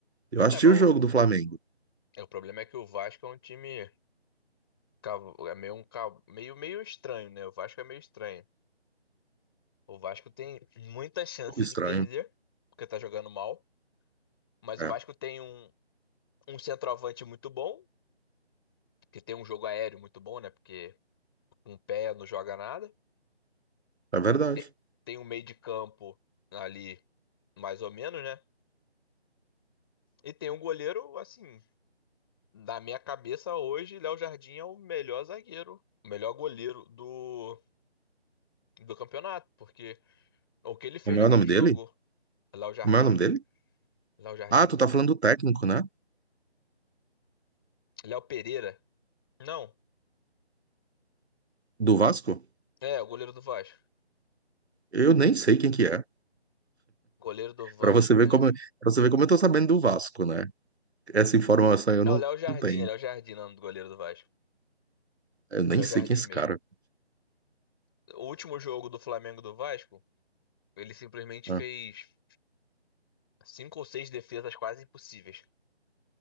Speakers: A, on the right (about 75°); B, on the left (about 20°).
A: Eu assisti
B: É, mas
A: o
B: o,
A: jogo do Flamengo.
B: é, o problema é que o Vasco é um time cav- é meio um cav- meio meio estranho, né? O Vasco é meio estranho. O Vasco tem muita chance
A: Estranho.
B: de perder, porque tá jogando mal. Mas
A: É,
B: o Vasco tem um, um centroavante muito bom, que tem um jogo aéreo muito bom, né? Porque com o pé não joga nada.
A: é verdade.
B: Tem, tem um meio de campo ali, mais ou menos, né? E tem um goleiro, assim, na minha cabeça hoje, Léo Jardim é o melhor zagueiro, o melhor goleiro do, do campeonato. Porque o que ele fez
A: Como
B: naquele
A: é o nome
B: jogo,
A: dele?
B: Léo Jardim,
A: Como é o nome dele?
B: Léo Jardim,
A: Ah, tu tá falando do técnico, né?
B: Léo Pereira. Não,
A: Do Vasco?
B: é, o goleiro do Vasco.
A: Eu nem sei quem que é.
B: Goleiro do Vasco
A: Pra você ver
B: é.
A: como, pra você ver como eu tô sabendo do Vasco, né? Essa informação eu
B: É
A: não,
B: o Léo Jardim,
A: não tenho.
B: é Léo Jardim, não, do goleiro do Vasco.
A: Eu nem
B: É o Léo
A: sei
B: Jardim
A: quem é esse
B: mesmo.
A: cara.
B: O último jogo do Flamengo do Vasco, ele simplesmente
A: Ah,
B: fez cinco ou seis defesas quase impossíveis.